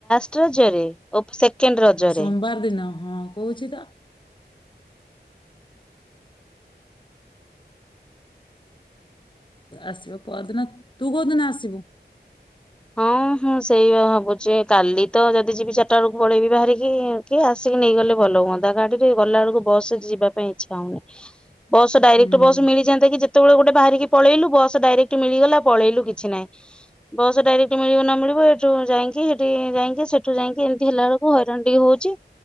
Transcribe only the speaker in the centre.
<inaudible> କେନ୍ ରଜରେ
ହଁ ହଁ ସେୟା ଭାବୁଛି କାଲି ତ ଯଦି ଯିବି ଚାରିଟା ବେଳକୁ ପଳେଇବି ବାହାରିକି କି ଆସିକି ନେଇଗଲେ ଭଲ ହୁଅନ୍ତା ଗାଡିରେ ଗଲା ବେଳକୁ ବସ ରେ ଯିବା ପାଇଁ ଇଚ୍ଛା ହଉନି। ବସ୍ ଡାଇରେକ୍ଟ
ବସ୍ ମିଳିଯାନ୍ତା କି ଯେ ସେତେବେଳେ ଗୋଟେ ବାହାରିକି ପଳେଇଲୁ ବସ ଡାଇରେକ୍ଟ ମିଳିଗଲା ପଳେଇଲୁ କିଛି ନାଇଁ ବ ଡାଇରେକ୍ଟ ମିଳିବ ନ ମିଳିବ ଏଠୁ ଯାଇକିସେଠି ଯାଇକି ସେଠୁ ଯାଇକି ଏମତି ହେଲା ବେଳକୁ ହଇରାଣ ଟିକେ ହଉଛି।